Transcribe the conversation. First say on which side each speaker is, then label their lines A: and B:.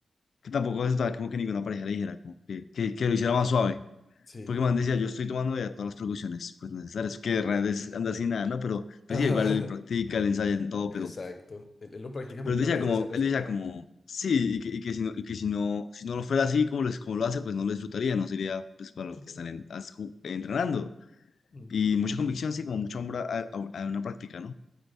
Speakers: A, on the left (about 75°); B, on the left (about 55°).
A: que tampoco aceptaba como que ninguna pareja le dijera, como que, que, que lo hiciera más suave
B: Sí.
A: Porque man decía, yo estoy tomando ya todas las precauciones pues necesarias, que realmente anda sin nada, ¿no? Pero pues
B: Ajá,
A: sí, igual él practica, él ensaya en
B: <laughs>
A: todo,
B: exacto.
A: pero,
B: Él, él lo practica muy
A: pero
B: bien
A: él decía
B: antes
A: como,
B: de hacerlo
A: él
B: sin
A: decía
B: nada.
A: como, sí, y que, y que si no, y que si no, si no lo fuera así como, les, como lo hace, pues no lo disfrutaría, no sería pues para
B: Ujú.
A: lo que están en- as- ju- entrenando.
B: Ujú.
A: Y mucha convicción, sí, como mucho amor a, a- a una práctica, ¿no?